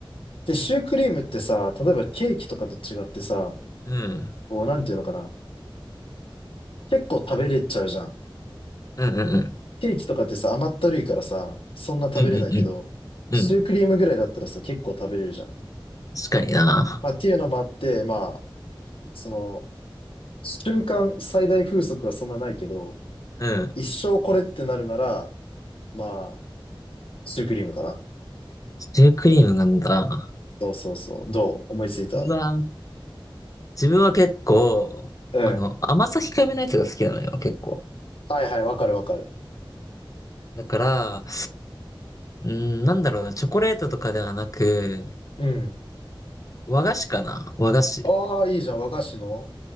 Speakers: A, on the left (about 80°); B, on the left (about 40°).
A: で、シュークリームってさ、例えばケーキとかと違ってさ、
B: うん。
A: こう、なんていうのかな。結構食べれちゃうじゃん。
B: うんうんうん。
A: ケーキとかってさ、甘ったるいからさ、そんな食べれないけど、
B: うんうんうん。
A: シュークリームぐらいだったらさ、
B: うん。
A: 結構食べれるじゃん。
B: 確かにな。
A: まあっていうのもあって、まあ、その、瞬間最大風速はそんなないけど、
B: うん。
A: 一生これってなるなら、まあ、シュークリームかな。
B: シュークリームなんだ。
A: そうそうそう。どう思いついた。
B: うわぁ。自分は結構、
A: うん。
B: あの、甘さ控えめなやつが好きなのよ、結構。
A: はいはい、わかるわかる。
B: だから、うーん、なんだろうな、チョコレートとかではなく、
A: うん。
B: 和菓子かな和菓子。
A: ああ、いいじゃん。和菓子の